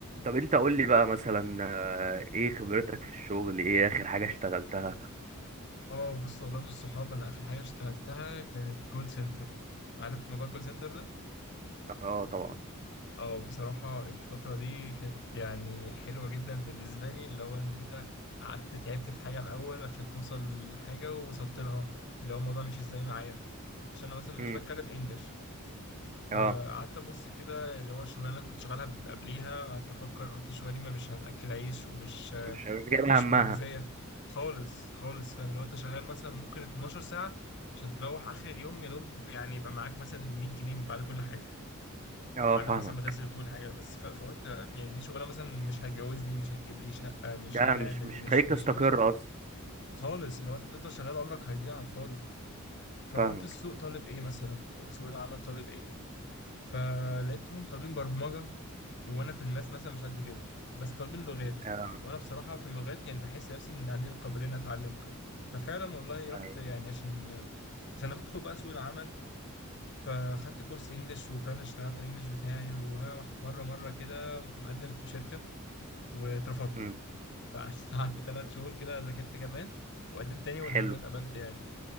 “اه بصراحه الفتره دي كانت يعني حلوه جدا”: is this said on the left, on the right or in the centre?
Left